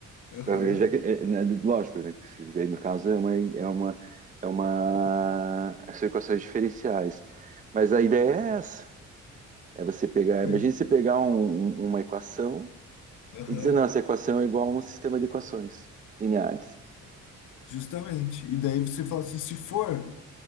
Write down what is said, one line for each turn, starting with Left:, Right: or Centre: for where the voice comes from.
Left: Aham.
Right: Para ver, já que, é, né, lógico, né, que se- aí no caso é uma, é uma, é uma, são equações diferenciais. Mas a ideia é essa, é você pegar,
Left: foi.
Right: imagine você pegar um- um- uma equação
Left: Aham.
Right: e dizer, não, essa equação é igual a um sistema de equações lineares.
Left: Justamente. E daí você fala assim: se for.